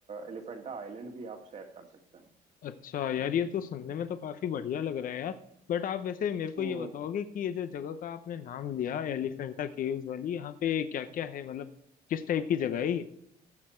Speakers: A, on the right; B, on the left.
A: एलिफेंटा आइलैंड भी आप सैर कर सकते हैं
B: अच्छा यार ये तो सुनने में तो काफी बढ़िया लग रहा है यार बट आप वैसे मेरे को
A: हम्म
B: ये बताओगे
A: हम्म
B: कि ये जो जगह का आपने नाम लिया एलिफेंटा केव्स वाली यहाँ पे क्या क्या है मतलब किस टाइप की जगह है ये